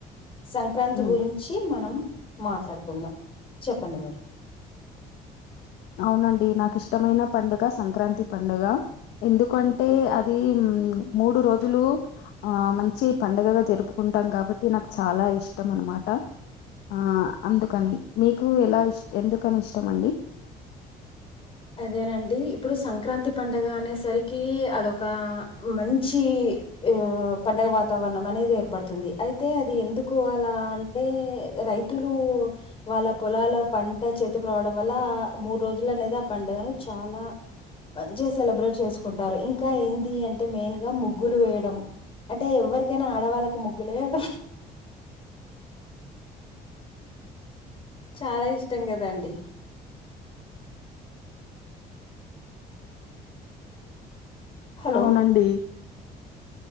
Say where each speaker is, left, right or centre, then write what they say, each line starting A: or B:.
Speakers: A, on the left; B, on the left.
A: సంక్రాంతి
B: ఉమ్
A: గురించి మనం మాట్లాడుకుందాం చెప్పండి మరి
B: అవునండి నాకు ఇష్టమైన పండుగ సంక్రాంతి పండుగ ఎందుకంటే అది మూడు రోజులు ఆ మంచి పండుగగా జరుపుకుంటాం కాబట్టి నాకు చాలా ఇష్టం అనమాట ఆ అందుకని మీకు ఎలా ఇష్ట ఎందుకని ఇష్టం అండి
A: అదేనండి ఇప్పుడు సంక్రాంతి పండగ అనేసరికి అదొక మంచి ఆ పండగ వాతావరణం అనేది ఏర్పడుతుంది అయితే అది ఎందుకు అలా అంటే అంటే రైతులు వాళ్ల పొలాల పంట చేతకు రావడం వల్ల మూడు రోజులు అనేది ఆ పండగను చాలా మంచిగా సెలబ్రేట్ చేసుకుంటారు ఇంకా ఏంది అంటే మెయిన్ గా ముగ్గులు వేయడం అంటే ఎవ్వరికైనా ఆడవాళ్ళకు ముగ్గులు వేయడం చాలా ఇష్టం కదండి హలో!
B: అవునండి